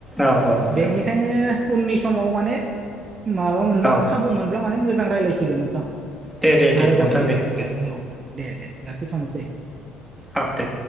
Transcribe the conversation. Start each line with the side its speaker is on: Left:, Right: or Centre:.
Centre: औ औ नोंथां
Right: बेनिखायनो उननि समाव माने माबा मोनबा
Centre: औ
Right: ब्ला मोजां रायलायसिगोन नोंथां
Centre: दे दे दे
Right: आरोबाव
Centre: नोंथां दे दे
Right: औ दे दे लाखिथ'नोसै
Centre: औ देे